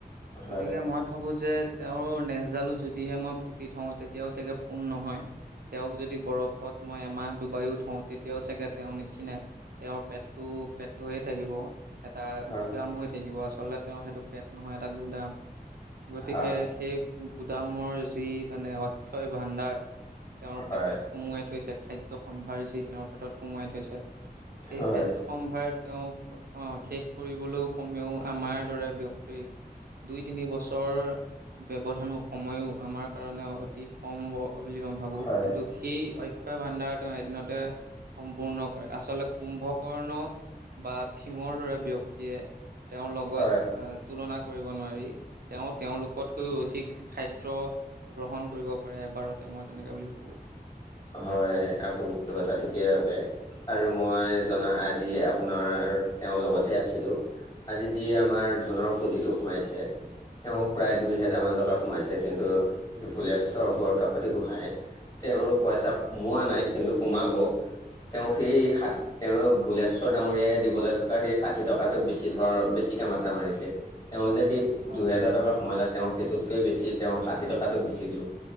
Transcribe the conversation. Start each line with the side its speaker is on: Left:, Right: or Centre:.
Left: হয়
Right: গতিকে মই ভাবোঁ যে তেওঁৰ নেজডালো যদিহে মই পুতি থওঁ তেতিয়াও চাগে পোন নহয়। তেওঁক যদি বৰফত মই এমাহ ডুবাইও থওঁ তেতিয়াও চাগে তেওঁ নিক্ষিণাই। তেওঁৰ পেটটো পেট হৈয়ে থাকিব। এটা
Left: হয়
Right: গুদাম হৈ থাকিব আচলতে তেওঁ সেইটো পেট নহয় এটা গুদাম গতিকে
Left: হয়
Right: সেই গুদামৰ যি মানে অক্ষয় ভাণ্ডাৰ তেওঁৰ
Left: হয়
Right: পেটত সুমোৱাই থৈছে। খাদ্য সম্ভাৰ যি তেওঁৰ পেটত সোমাই থৈছে সেই
Left: হয়
Right: খাদ্য সম্ভাৰ তেওঁ অঁ শেষ কৰিবলৈও কমেও আমাৰ দৰে ব্যক্তিৰ দুই-তিনি বছৰ ব্যৱধানো সময়ো আমাৰ কাৰণে অতি কম হ'ব বুলি মই ভাবোঁ
Left: হয়
Right: কিন্তু সি অক্ষয় ভাণ্ডাৰ তেওঁ এদিনতে সম্পূৰ্ণ কৰে আচলতে কুম্ভকৰ্ণ বা ভীমৰ দৰে ব্যক্তিয়ে তেওঁৰ লগত
Left: হয়
Right: আহ তুলনা কৰিব নোৱাৰি তেওঁ তেওঁলোকতকৈও অধিক খাদ্য গ্ৰহণ কৰিব পাৰে এবাৰতে মই তেনেকে বুলি ভাবোঁ।
Left: হয়, আপুনি এইটো কথা ঠিকেই ভাবে। আৰু মই জনা আজি আপোনাৰ তেওঁৰ লগতে আছিলোঁ। আজি যি আমাৰ ধনৰ পুঁজিটো সোমাইছে তেওঁ
Right: উম।
Left: প্ৰায় দুই হেজাৰ মান টকা সোমাইছে কিন্তু যি ভুলেশ্বৰ বৰকাকতি গোহাঁইয়ে তেওঁৰ পইচা সোমোৱা নাই কিন্তু সোমাব তেওঁ সেই হাত তেওঁক ভুলেশ্বৰ ডাঙৰীয়াই দিবলৈ থকা সেই ষাঠি টকাতো বেছি ধৰ বেছিকে মাথা মাৰিছে। তেওঁ যে সেই
Right: হয়,
Left: দুহেজাৰ
Right: হয়,
Left: টকা সোমালে তেওঁ সেইটোতকৈ বেছি তেওঁ ষাঠি টকাতোক বেছি লোভ।